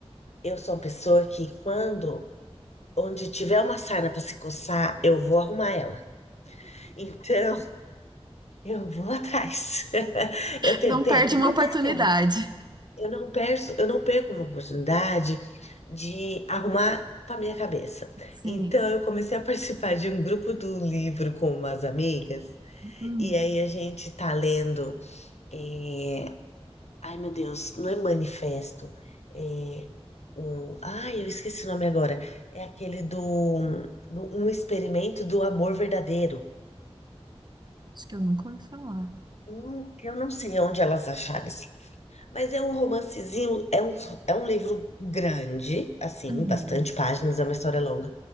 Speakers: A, on the left; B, on the right.
A: eu sou uma pessoa que quando, onde tiver uma sarna para se coçar, eu vou arrumar ela. Então, <laughs> eu vou atrás. <laughs> Eu tenho
B: Não
A: tempo?
B: perde uma
A: Não
B: oportunidade.
A: tenho tempo. Eu não perco, eu não perco uma oportunidade de arrumar para minha cabeça.
B: Sim,
A: Então,
B: sim.
A: eu comecei a <laughs> participar de um grupo do livro com umas amigas.
B: Hum,
A: E aí a gente tá lendo. eh, Ai, meu Deus, não é manifesto. É o... Ai, eu esqueci o nome agora. É aquele do, do- um experimento do amor verdadeiro.
B: acho que eu nunca ouvi falar.
A: Hum, Eu não sei onde elas acharam esse. Mas é um romancezinho, é um, é um livro grande, assim,
B: Uhum.
A: bastante páginas, é uma história longa.